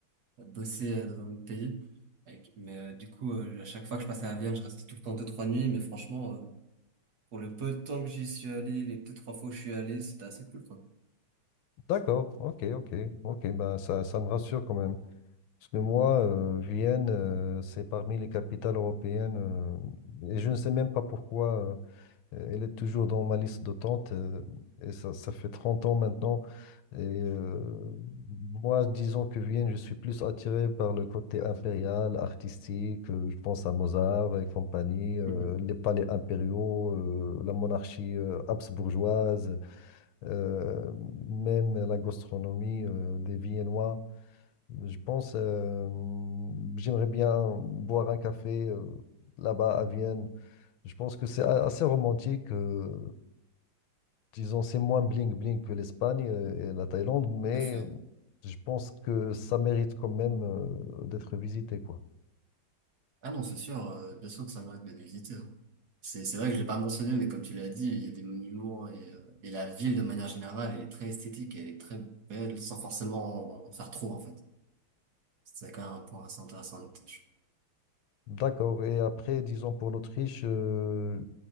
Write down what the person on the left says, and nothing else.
D'accord, ok, ok, ok, bah ça, ça me rassure quand même. Parce que moi, euh, Vienne, euh, c'est parmi les capitales européennes, euh, et je ne sais même pas pourquoi euh, elle est toujours dans ma liste d'attente, euh, et ça, ça fait 30 ans maintenant. Et euh, moi, disons que Vienne, je suis plus attiré par le côté impérial, artistique, euh, je pense à Mozart et compagnie, euh,
les palais impériaux, euh, la monarchie euh, habsbourgeoise. Euh, même la gastronomie euh, des Viennois. Je pense, euh, j'aimerais bien boire un café euh, là-bas à Vienne. Je pense que c'est a- assez romantique. euh, disons, c'est moins bling-bling que l'Espagne euh, et la Thaïlande, mais
je pense que ça mérite quand même euh, d'être visité, quoi.
D'accord. Et après, disons pour l'Autriche, euh,